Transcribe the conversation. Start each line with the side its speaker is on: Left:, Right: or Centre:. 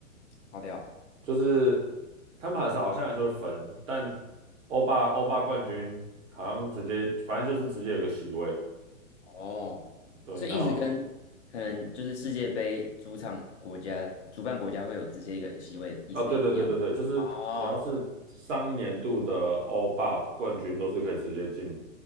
Left: 跑掉。
Right: 就是他们还是好像还是会分，但欧霸欧霸冠军好像直接，反正就是直接有个席位，
Left: 哦，
Right: 对，
Left: 所以一直跟可能就是世界杯主场国家、
Right: 然后
Left: 主办国家会有直接一个席位的意思一样。
Right: 啊，对对对对对，就是只要是上一年度的欧霸冠军，
Left: 哦，
Right: 都是可以直接进，